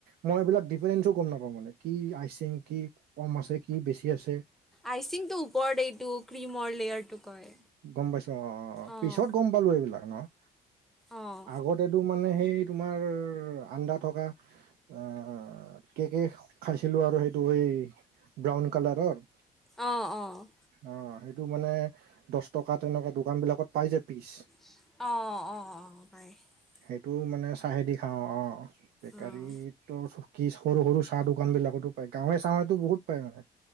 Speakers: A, on the right; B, in the centre.
A: মই এইবিলাক ডিফাৰেনছো গ'ম নাপাওঁ মানে কি আইচং কি কম আছে কি বেছি আছে।
B: আইচিংটো। পৰ্ড এইটো ক্ৰীমৰ লেয়াৰটো কয়।
A: গ'ম পাইছো অ', অ',
B: অঁ
A: পিছত গ'ম পালো এইবিলাক ন'
B: অঁ
A: আগত <unintelligible> মানে সেই তোমাৰ আন্দা থকা। অ' কেকে খাইছিলো আৰু সেইটো এই ব্ৰাউন কালাৰৰ।
B: অ', অ'।
A: অ' সেইটো মানে দহ টকা তেনেকুৱা দোকান বিলাকত পাই যে পিচ।
B: অ', অ', অ', অ', পাই।
A: সেইটো মানে চাহেদি খাওঁ অ' বেকাৰীত
B: অঁ
A: <unintelligible> কি সৰু সৰু চাহ দোকান বিলাকতো পায় গাঁৱে চাঁৱতো বহুত পাই মানে